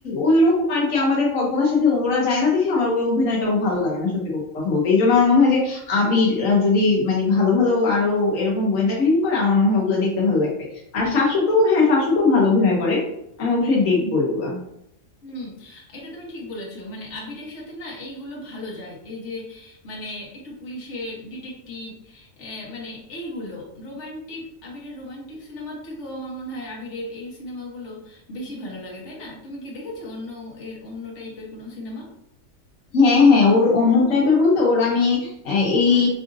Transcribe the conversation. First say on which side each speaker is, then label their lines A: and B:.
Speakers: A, on the left (about 80°); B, on the left (about 65°).
A: ওই রকম আর কি আমাদের কল্পনার সাথে ওরা যায় না দেখে আমার ওই অভিনয়টাও ভালো লাগে না সত্যি কথা বলতে এই জন্য আমার মনে হয় যে আবির আহ, যদি মানে ভালো ভালো আরো এরকম গোয়েন্দা কাহিনী করে আমার মনে হয় ওগুলো দেখতে ভালো লাগবে আর শাশ্বত হ্যাঁ শাশ্বত ভালো অভিনয় করে আমি অবশ্যই দেখবো এগুলা
B: হুম এটা তুমি ঠিক বলেছো মানে আবিরের সাথে না এইগুলো ভালো যায় এই যে মানে একটু পুলিশের ডিটেকটিভ মানে এইগুলো রোমান্টিক আবিরের রোমান্টিক সিনেমার থেকেও আমার মনে হয় আবিরের এই সিনেমাগুলো বেশি ভালো লাগে তাই না তুমি কি দেখেছো অন্য এর অন্য টাইপের কোনো সিনেমা
A: হ্যাঁ হ্যাঁ ওর অন্য টাইপের বলতে ওর আমি আহ, এই